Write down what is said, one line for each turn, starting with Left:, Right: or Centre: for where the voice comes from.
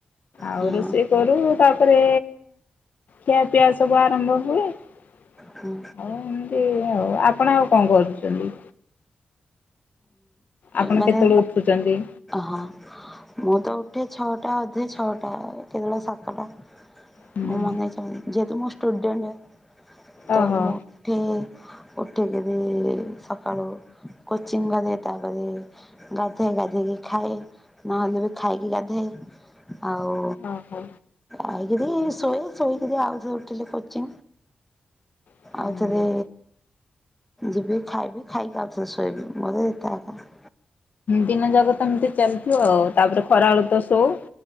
Left: ଆଉ
Centre: ହଁ
Left: ରୋଷେଇ କରୁ ତାପରେ ଖିଆପିଆ ସବୁ ଆରମ୍ଭ ହୁଏ ଆଉ
Centre: ହୁଁ
Left: ଏମିତି ଆଉ ଆପଣ ଆଉ କଣ କରୁଛନ୍ତି ଆପଣ
Centre: ମାନେ
Left: କେତେବେଳେ ଉଠୁଛନ୍ତି
Centre: ହଁ ମୁଁ ତ ଉଠେ ଛଅଟା ଅଧେ ଛଅଟା କେତେବେଳେ ସାତଟା
Left: ହୁଁ
Centre: ମୁଁ ମନେ ଚା ଯେହେତୁ ମୁଁ ଷ୍ଟୁଡେଣ୍ଟେ ତ
Left: ଓହୋ
Centre: ମୋଠେ ଉଠିକରି ସକାଳୁ କୋଚିଂ କରେ ତାପରେ ଗାଧୋଇ ଗାଧେଇକି ଖାଏ ନହେଲେ ବି ଖାଇକି ଗାଧାଏ ଆଉ
Left: ଓହୋ
Centre: ଆ କିି ଶୋଇ ଶୋଇକି ଆଉଥରେ ଉଠିଲେ କରୁଛି
Left: ହୁଁ।
Centre: ଆଉ ଯଦି ଯିବି ଖାଇବି ଖାଇକି ଆଉଥରେ ଶୋଇବି ମଦେଇ ଟକ <unintelligible>
Left: ଦିନ ଯାକ ତ ଏମିତି ଚାଲିଥିବ ଆଉ ତାପରେ ଖରାବେଳୁ ତ ଶୋଉ